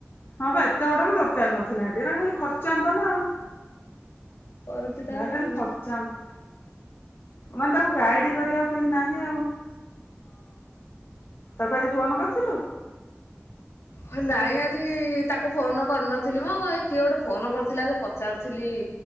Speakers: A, on the left (about 55°); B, on the left (about 75°).
A: ହଁ ବା, ଏତେ ବଡ ବି ଦରକାର ନଥିଲା ହେଠି। ଏଟା ଖାଲି ଖର୍ଚାନ୍ତତା ନା ଆଉ।
B: କରୁଛି ତାର
A: ହେ
B: ଆଉ
A: ଖାଲି ଖର୍ଚ୍ଚାନ୍ତ। ମାନେ ତାକୁ ଗାଇଡ କରିବାକୁ କେହି ନାହିଁ ଆଉ। ତାକୁ ଆଜି ଫୋନ୍ କରିଥିଲୁ?
B: ହ ନାଇଁ ଆଜି ତାକୁ ଫୋନ କରିନଥିଲି ମ, ଇଏ କିଏ ଗୋଟେ ଫୋନ କରିଥିଲା ଯେ ପଚାରୁଥିଲି।